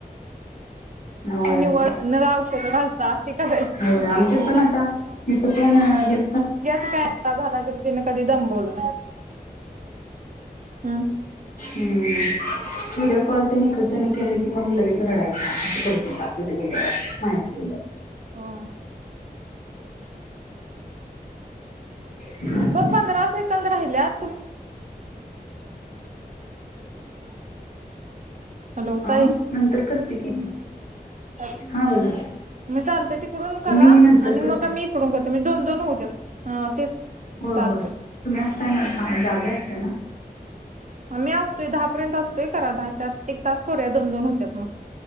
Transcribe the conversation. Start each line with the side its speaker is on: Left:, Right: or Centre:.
Left: होय
Right: ती निव न गाव शोक घलता अशी कराय
Left: हो आमच्यात पण आता मीथ पण हे
Right: काय आता झाला तरी तिने कधी दमबवलं हम्
Left: हम्म व्हिडिओ कॉल त्यांनी इकडच्याने केलं की मग लगेच रडायच असं करत होता तिथे गेल्यावर माहीत गेल्यावर
Right: हा
Left: ह
Right: ब पंधरा एकंद राहिल्यात तुम् हॅलो ताय
Left: अ नंतर करते की
Right: का
Left: हां बोला
Right: मग चालत तिकडून करा
Left: मी नंतर
Right: आणि मग
Left: करते
Right: आम्ही इकडून करतो म्हणजे दोन दोन होते तेच
Left: हो
Right: चालतंय
Left: होय तम्ही असता ना का जागा असता ना
Right: मी असतोय दहापर्यंत असतोय करा दहाच्या एक तास करूया दोन दोन होत्यात मग